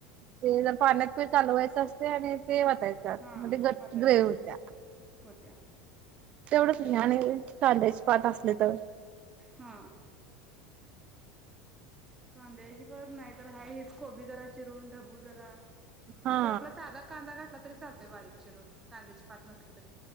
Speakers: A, on the right (about 45°); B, on the right (about 20°).
A: ते. पाण्यात पि चालवायचं असते आणि ते वाटयच म्हणजे
B: हा
A: गट्ट
B: वाटायच
A: ग्रह
B: असते
A: होत्या.
B: होत्या
A: तेवढंच नाही आणि कांद्याचे पाात असले तर
B: हा. कांद्याची पात नाही तर हा हेच खबी जरा चिरून ढबू जरा.
A: हा
B: म्र आपला साधा कांदा घातला. तरी चालतोय बारीकशी रोज कांद्याची पात नसली तरी.